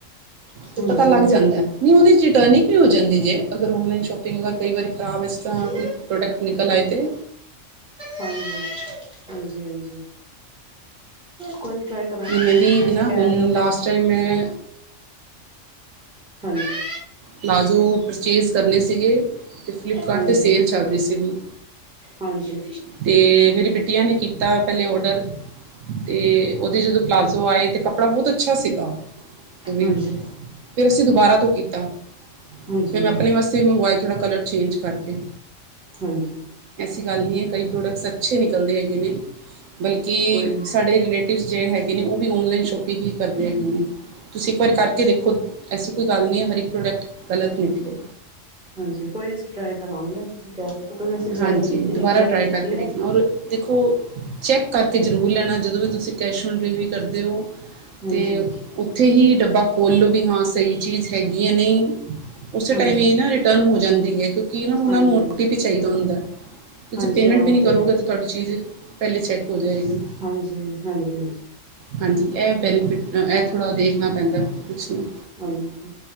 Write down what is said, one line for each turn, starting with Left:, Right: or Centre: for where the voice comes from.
Centre: ਹਾਂਜੀ
Right: ਤੇ ਪਤਾ ਲੱਗ ਜਾਂਦੈ। ਨਈ ਓਦੇ 'ਚ ਰਿਟਰਨਿੰਗ ਵੀ ਹੋ ਜਾਂਦੀ ਜੇ ਅਗਰ ਔਨਲਾਈਨ ਸ਼ੋਪਿੰਗ ਅਗਰ ਕਈ ਵਾਰੀ ਖਰਾਬ ਐਸ ਤਰ੍ਹਾਂ
Centre: ਹਾਂਜੀ
Right: ਕੋਈ ਪ੍ਰੋਡਕਟ ਨਿਕਲ ਆਏ ਤੇ
Centre: ਹਾਂਜੀ, ਹਾਂਜੀ-ਹਾਂਜੀ। ਕੋਈ ਨੀ ਟ੍ਰਾਈ ਕਰਾਂਗੇ
Right: ਮੈਂ ਵੀ
Centre: ਤੁਸੀ
Right: ਨਾ
Centre: ਕੈ
Right: ਹੁਣ
Centre: ਰਏ ਓ
Right: ਲਾਸਟ
Centre: ਤੇ,
Right: ਟਾਈਮ ਮੈਂ
Centre: ਹਾਂਜੀ।
Right: ਪਲਾਜ਼ੋ ਪਰਚੇਜ਼ ਕਰਨੇ ਸੀਗੇ। ਤੇ ਫਲਿੱਪਕਾਰਡ
Centre: ਹਾਂਜੀ
Right: ਤੇ ਸੇਲ ਚੱਲ ਰੀ ਸੀਬੁ
Centre: ਹਾਂਜੀ ਹਾਂਜੀ
Right: ਤੇ ਮੇਰੀ ਬੇ ਟੀਆ ਨੇ ਕੀਤਾ ਪੈਲੇ ਓਰਡਰ ਤੇ ਓਦੇ ਜਦੋਂ ਪਲਾਜ਼ੋ ਆਏ ਤੇ ਕੱ ਪੜਾ ਬੋਤ ਅੱਛਾ ਸੀਗਾ ਓ ਵੀ
Centre: ਹਾਂਜੀ
Right: ਫੇਰ ਅਸੀਂ ਦੁਬਾਰਾ ਤੋਂ ਕੀਤਾ।
Centre: ਹਾਂਜੀ
Right: ਫੇਰ ਮੈਂ ਆਪਣੇ ਵਾਸਤੇ ਵੀ ਮੰਗਵਾਏ ਥੋੜਾ ਕਲਰ ਚੇਂਜ ਕਰਕੇ।
Centre: ਹਾਂਜੀ
Right: ਐਸੀ ਗੱਲ ਨਈ ਐ ਕਈ ਪ੍ਰੋਡਕਟਸ ਅੱਛੇ ਨਿਕਲਦੇ ਹੈਗੇ ਨੇ ਬਲਕਿ
Centre: ਕੋਈ ਨਹੀਂ
Right: ਸਾਡੇ ਰਿਲੇਟ ਫਿਰ ਜੇ ਹੈਗੇ ਨੇ ਓ ਵੀ ਔਨਲਾਈਨ ਸ਼ੋਪਿੰਗ ਹੀ ਕਰਦੇ ਹੈਗੇ ਨੇ। ਤੁਸੀ ਇੱਕ ਵਾਰ ਕਰਕੇ ਦੇਖੋ ਐਸੀ ਕੋਈ ਗੱਲ ਨੀ ਐ ਹਰ ਇੱਕ ਪ੍ਰੋਡਕਟ ਗਲਤ ਨਿਕਲੇ
Centre: ਹਾਂਜੀ ਕੋਈ ਨੀ ਅਸੀ ਟ੍ਰਾਈ ਕਰਾਂਗੇ। ਤੁਸੀ ਕੈ ਰਏ ਸੀ ਕਿਉਂਕਿ ਅਸੀ
Right: ਹਾਂਜੀ
Centre: ਜ਼ਿਆਦਾ ਤੇ ਕੀਤੀ ਨਈ
Right: ਦੁਬਾਰਾ
Centre: ਇੱਕ ਦੋ ਵਾਰੀ
Right: ਟਰਾਈ
Centre: ਕੀਤੀ
Right: ਕਰਕੇ
Centre: ਐ
Right: ਦੇਖਣਾ ਔਰ ਦੇਖੋ ਚੈੱਕ ਕਰਕੇ ਜਰੂਰ ਲੈਣਾ ਜਦੋਂ ਵੀ ਤੁਸੀ ਕੈਸ਼ ਔਨ ਡਿਲੀਵਰੀ ਕਰਦੇ ਓ।
Centre: ਹਾਂਜੀ
Right: ਤੇ ਓਥੇ ਹੀ ਡੱਬਾ ਖੋਲ ਲੋ ਵੀ ਹਾਂ ਸਈ ਚੀਜ ਹੈਗੀ ਐ ਨਈ। ਓਸੇ
Centre: ਹਾਂਜੀ
Right: ਟਾਈਮ ਈ ਏ ਨਾ ਰਿਟਰਨ ਹੋ ਜਾਂਦੀ ਏ ਕਿਉਂਕਿ ਨਾ ਓਨਾਂ
Centre: ਹਾਂਜੀ
Right: ਨੂੰ
Centre: ਹਾਂਜੀ
Right: ਪੇ ਚਾਈਦੇ ਹੁੰਦੈ। ਤੁਸੀ
Centre: ਹਾਂਜੀ
Right: ਪੇਮੈਂਟ
Centre: ਹਾਂ
Right: ਵੀ
Centre: ਉਹ
Right: ਨੀ
Centre: ਤਾਂ
Right: ਕਰੋਗੇ
Centre: ਹੈ
Right: ਤੇ ਤੁਆਡੀ ਚੀਜ਼ ਪੈਲੇ ਈ ਚੈੱਕ ਹੋ ਜਾਏਗੀ।
Centre: ਹਾਂਜੀ, ਹਾਂਜੀ।
Right: ਹਾਂਜੀ ਐ ਬੈਨੀਫਿਟ ਅ ਐ ਥੋੜਾ ਦੇਖਨਾ ਪੈਂਦੈ ਕੋ ਕੁਛ ਨੀ।
Centre: ਹਾਂਜੀ